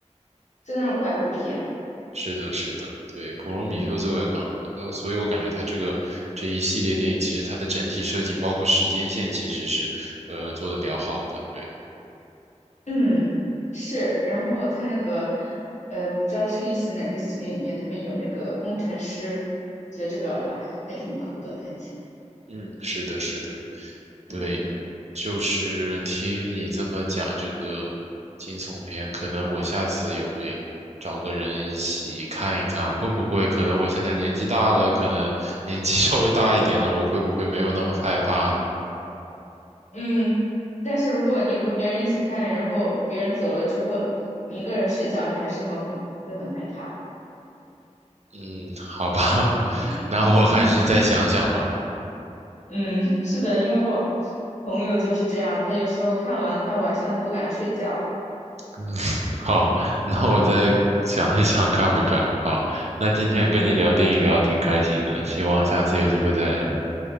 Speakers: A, on the left; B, on the right.
A: 就那种怪物片嘛，
B: 是的，是的，对，普罗米修斯我也看过，
A: 嗯
B: 的，所以我感觉他这个这一系列电影，其实它的整体设计，包括时间线，其实是呃做的比较好的。对，
A: 嗯是。然后它那个呃不知道是《异形》哪个系列里面，他们有那个工程师，觉得这个还挺酷的，看起来，
B: 嗯，是的，是的，对，
A: 嗯。
B: 就是听你这么讲这个惊悚片，可能我下次也会找个人一起看一看，会不会？可能我现在年纪大了，可能年纪 <laughs> 稍微大一点了，我会不会没有那么害怕了？
A: 嗯，但是如果你和别人一起看，然后别人走了之后，你一个人睡觉，你还是会很会很害怕。
B: 嗯，好吧，<laughs>
A: 嗯
B: 那我还是再想想吧。
A: <laughs> 嗯，是的，因为我朋友就是这样，他有时候看完，他晚上都不敢睡觉。
B: 嗯，<laughs> 好，那我再想一想看不看？
A: 嗯
B: 好，那今天跟你聊电影聊挺开心的，
A: 嗯
B: 希望下次有机会再聊，